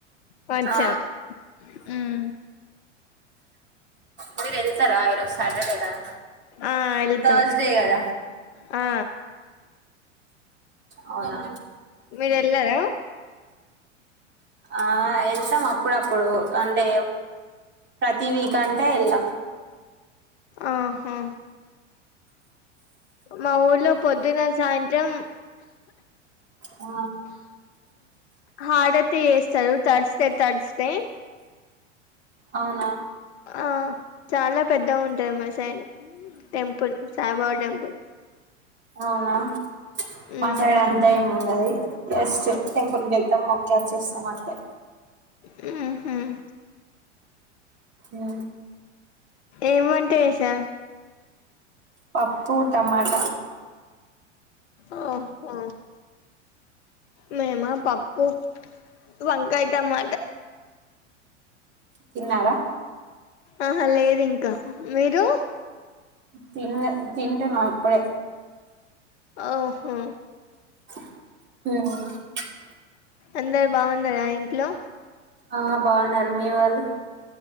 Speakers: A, on the left; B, on the right.
A: వచ్చాం
B: ఆ
A: ఉమ్
B: మేరెల్తర ఈరోజ సటర్డే కదా
A: ఆ వెళ్తాం
B: తర్స్డే కద
A: ఆ
B: అవునా
A: మీరు వెళ్ళారా
B: ఆ వెళ్తం అప్ ప్పుడప్పుడు అంటే ప్రతి వీక్ అంటే వెళ్లం
A: ఆహా మా ఊర్లో పొద్దున సాయంత్రం
B: ఆ
A: హాడతే చేస్తారు తడిస్తే తడిస్తే
B: అవునా
A: ఆ చాలా పెద్ద ఉంటది మ సైన్ టెంపుల్ సాయిబాబా టెంపుల్
B: అవునా మా
A: ఉమ్
B: సైడ్ అంతా ఏం ఉండది ఎస్ట్ టెంపుల్ క వెళ్తాం ఓకే వచ్చేస్తాం అంతే
A: హు హ్మ్
B: ఉ
A: ఏమంటే వసా
B: పప్పు టమాట
A: ఓ ఓహొ మేమా పప్పు వంకాయ టమాట
B: తిన్నారా
A: ఆహా లేదు ఇంకా మీరు
B: తినలే తింటున్నా ఇప్పుడే
A: ఓహో
B: ఉమ్
A: అందరు బాగున్నారా ఇంట్లో
B: ఆ బాగున్నారు మీ వాళ్ళు